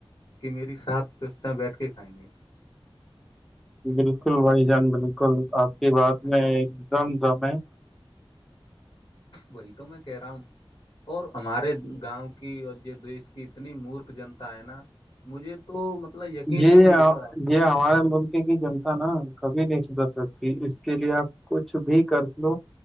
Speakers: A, on the left; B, in the centre.
A: کہ میری ساتھ پستں بیٹھ کے کھائیں گے
B: بالکل بھائی جان بالکل آپ کی بات میں ایک دم دم ہے
A: وہی تو میں کہہ رہا ہوں اور ہمارے گاؤں کی اور جو دیش کی اتنی مورکھ جنتا ہے نا مجھے تو مطلب یقین
B: یہ
A: ہی نہیں ہوتا
B: یہ ہمارے ملک کی جنتا نا کبھی نہیں سدھر سکتی اس کے لیے آپ کچھ بھی کر لو